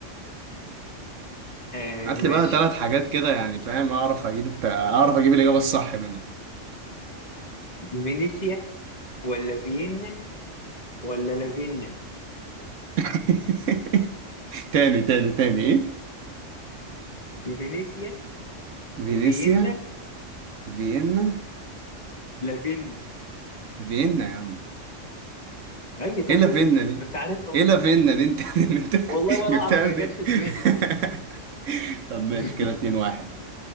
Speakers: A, on the left (about 35°); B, on the right (about 75°).
A: آه
B: هات
A: ماشي
B: لي بقى ثلاث حاجات كده يعني فاهم اعرف اجيب الت... اعرف اجيب الاجابه الصح منها
A: فينيسيا ولا فيينا ولا لافينا
B: <laughs> تاني تاني تاني ايه
A: فينيسيا
B: فينيسيا
A: فيينا
B: فيينا
A: لافينا
B: فيينا يا عم
A: اي طب
B: ايه لافينا
A: شفت
B: دي؟
A: ما انت عارفها
B: ايه لافينا دي انت <laughs> انت
A: والله ولا
B: جبتها
A: اعرف هي
B: من
A: جت
B: ايه؟
A: في دماغي
B: <laughs> طب ماشي
A: <laughs>
B: كده اتنين واحد